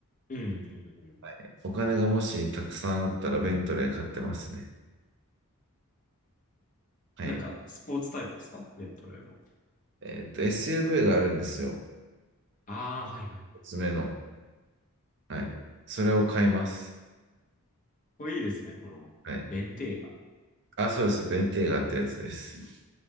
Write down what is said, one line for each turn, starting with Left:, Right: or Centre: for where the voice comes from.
Left: うん、うん、うん。
Right: はい。お金がもしたくさんあったらベントレー買ってますね。はい。
Left: なんか、スポーツタイプですかベントレーの。
Right: えっと、SUV があるんですよ。
Left: ああ、はいはい。
Right: おつ目の。はい。それを買います。
Left: これいいですね。この、
Right: はい。
Left: ベンテーガ。
Right: あ、そうです。ベンテーガってやつです。